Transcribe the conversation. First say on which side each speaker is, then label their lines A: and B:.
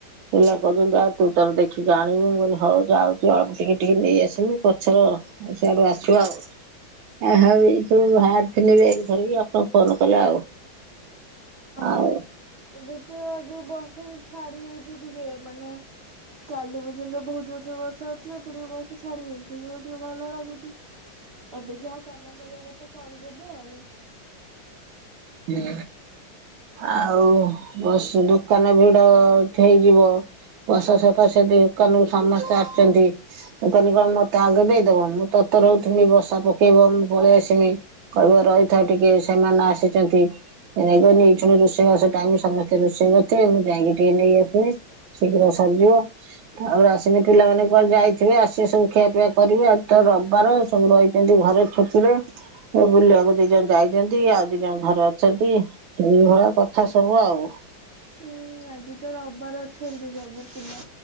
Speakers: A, on the right; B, on the right.
A: ହେୟା କଉଛନ୍ତି ଆଉ ତୁ ତୋର ଦେଖିକି ଆଣିବୁ ମୁଁ କହିନି ହଉ ଯାଉଚ ଅଳ୍ପ ଟିକେ ଟିକେ ନେଇ ଆସିମି ପଛର ହେଇ ସେଆଡୁ ଆସୁ ଆଉ? ଆ ହଉ ଏଇ ସବୁ ବାହାରିଥିନି ବେଗ ଧରିକି ଆପଣ ଫୋନ କଲେ ଆଉ। ଆଉ
B: ହଁ ଏବେ ତ ଯୋଉ ବର୍ଷା ଛାଡି ଯାଇଛି ଟିକେ ମାନେ କାଲି ପର୍ ଦିନ ବହୁତ ଜୋରୋ ବର୍ଷା ହେଉଥିଲା ଏବେ ଟିକେ ବର୍ଷ ଛାଡିଦାଉଛି ଟିକେ ଭଲ ଲାଗୁଛି। ଏବେ ଯାହା କାମ କରିବା କଥା କରିଦେବେ ଆଉ।
A: ହୁଁ ଆଉ ବସୁ ଦୋକାନ ଭିଡ ହେଇ ଯିବ ବର୍ଷା ସକାସେ ଦୋକାନକୁ ସମସ୍ତେ ଆସୁଛନ୍ତି। ଦୋକାନୀ କଣ ମତେ ଆଗେ ଦେଇଦବ? ମୁଁ ତରତର ହଉଥମି ବର୍ଷା ପକେଇବ ମୁଁ ପଳେଇ ଆସିମି। କହିବ ରହିଥାଉ ଟିକେ ସେମାନେ ଆସିଛନ୍ତି। <unintelligible> ରୋଷେଇବାସ ଟାଇମ ସବୁ ସେ ରୋଷେଇ କରଥିବେ ମୁଁ ଯାଇକି ଟିକେ ନେଇଆସିମି ଶୀଘ୍ର ସରଯିବ। ଆଉ ଆସନି। ପିଲାମାନେ କୁଆଡ଼େ ଯାଇଥିବେ ଆସିକି ସବୁ ଖିଆପିଆ କରିବେ। ଆଜ୍ ତ ରବବାର ସବୁ ରଇ ଏ ଯୋଉ ଘରେ ଛୁଟିରେ ବୁଲିବାକୁ ଦି ଜଣ ଯାଇଛନ୍ତି ଆଉ। ଦିଜଣ ଘରେ ଅଛନ୍ତି। ଏଇଭଳିଆ କଥା ସବୁ ଆଉ।
B: ହୁଁ ଆଜି ତ ରବବାର ଅଛନ୍ତି ସବୁ ପିଲା।